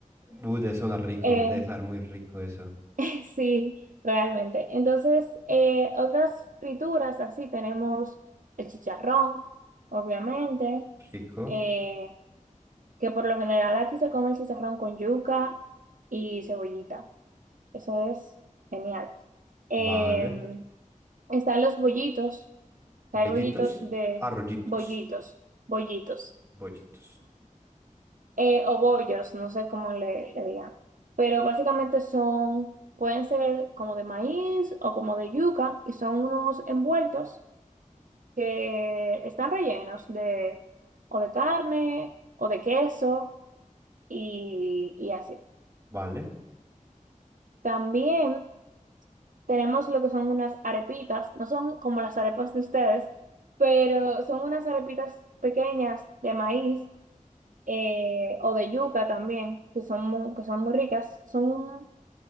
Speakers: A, on the right; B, on the right.
A: Uh, debe sonar rico.
B: Eh,
A: Debe sonar muy rico eso.
B: <laughs> sí, realmente. Entonces, eh, otras frituras así tenemos el chicharrón, obviamente,
A: Rico.
B: eh, que por lo general aquí se come el chicharrón con yuca y cebollita. Eso es genial. Em,
A: Vale.
B: están los bollitos. hay
A: Bellitos.
B: bollitos de
A: Arrollitos.
B: bollitos, bollitos,
A: Bollitos.
B: eh, o bollos, no sé cómo le, le digan. Pero básicamente son, pueden ser como de maíz o como de yuca y son unos envueltos que están rellenos de o de carne o de queso y, y así.
A: Vale.
B: También tenemos lo que son unas arepitas, no son como las arepas de ustedes, pero son unas arepitas pequeñas de maíz eh, o de yuca también, que son muy, que son muy ricas. Son,